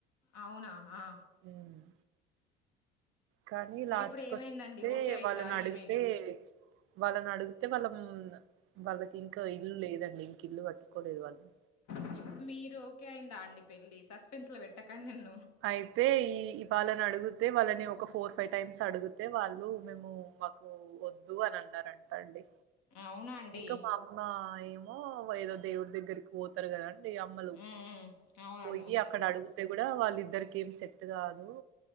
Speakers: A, on the left; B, on the right.
A: అవునా ఆ
B: ఉమ్. కానీ
A: మరి
B: లాస్ట్
A: ఇప్పుడు
B: కి
A: ఏమైందండి
B: వస్తే
A: ఓకే అయిందా
B: వాళ్ళని అడిగితే
A: ఏమైంది
B: వాళ్ళని అడిగితే వాళ్ళం వాళ్ళకి ఇంకా ఇల్లు లేదండి ఇంక ఇల్లు కట్టుకోలేదు వాళ్ళు
A: ఇప్పుడు మీరు ఓకే అయిందా అండి పెళ్లి సస్పెన్స్ లొ పెట్టకండి నా
B: అయితే ఈ వాళ్లని అడుగు తే వాళ్ళని ఒక ఫోర్ ఫైవ్ టైమ్స్ అడుగుతె వాళ్ళు మేమూ మాకూ ఒద్దూ అని అన్నారంట అండి
A: అవునా అండి
B: ఇంక మా అమ్మా ఏమో ఏదో దేవుడి దెగ్గరికి పోతరు కదాండ్ దె అమ్మలు
A: ఉమ్ అవునన్ను
B: పొయ్యి అక్కడ అడుగుతె కూడా వాళ్లిద్ ఇద్దరికి ఏం సెట్ కాదూ